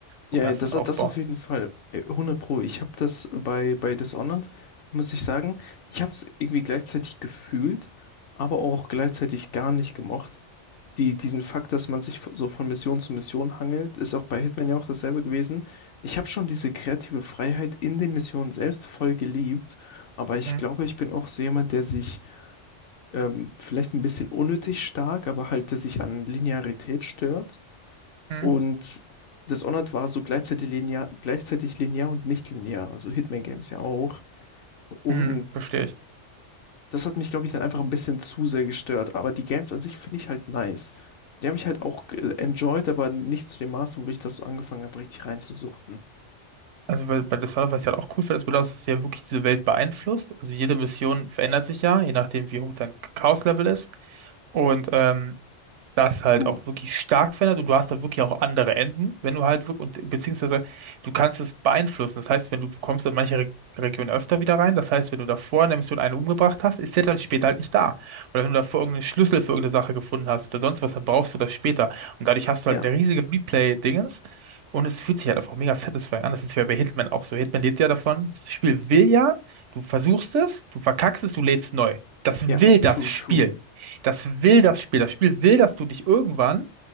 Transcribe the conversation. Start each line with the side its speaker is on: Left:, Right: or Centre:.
Left: ja,
Right: Vom ganzen
Left: ja, das, das
Right: Aufbau.
Left: auf jeden Fall. Äh, 100 Pro. Ich habe das bei, bei Dishonored, muss ich sagen, ich habe es irgendwie gleichzeitig gefühlt, aber auch gleichzeitig gar nicht gemocht. Die, diesen Fakt, dass man sich so von Mission zu Mission hangelt, ist auch bei Hitman ja auch dasselbe gewesen. Ich habe schon diese kreative Freiheit in den Missionen selbst voll geliebt, aber ich
Right: Hm,
Left: glaube, ich bin auch so jemand, der sich ähm, vielleicht ein bisschen unnötig stark, aber halt, der sich an Linearität stört
Right: hm,
Left: Und Dishonored war so gleichzeitig linear, gleichzeitig linear und nicht linear, also Hitman Games ja auch. Und
Right: hm, verstehe ich.
Left: das hat mich, glaube ich, dann einfach ein bisschen zu sehr gestört. Aber die Games an sich finde ich halt nice. Die habe ich halt auch äh, enjoyed, aber nicht zu dem Maße, wo ich das so angefangen habe, richtig reinzusuchten.
Right: Also bei, bei Dishonored, was ich halt auch cool finde, ist, dass das ja wirklich diese Welt beeinflusst. Also jede Mission verändert sich ja, je nachdem, wie hoch dein Chaos-Level ist. Und ähm, das halt
Left: True.
Right: auch wirklich stark verändert und du hast da wirklich auch andere Enden, wenn du halt wirklich, und beziehungsweise du kannst es beeinflussen. Das heißt, wenn du, du kommst in manche Re Regionen öfter wieder rein, das heißt, wenn du davor in der Mission einen umgebracht hast, ist der dann später halt nicht da. Oder wenn du davor irgendeinen Schlüssel für irgendeine Sache gefunden hast oder sonst was, dann brauchst du das später. Und dadurch hast
Left: Ja,
Right: du halt eine riesige Replay-Dingens. Und es fühlt sich halt einfach mega satisfying an. Das ist ja bei Hitman auch so. Hitman lebt ja davon. Das Spiel will ja, du versuchst es, du verkackst es, du lädst neu. Das
Left: ja,
Right: will das
Left: true,
Right: Spiel.
Left: true.
Right: Das will das Spiel. Das Spiel will, dass du dich irgendwann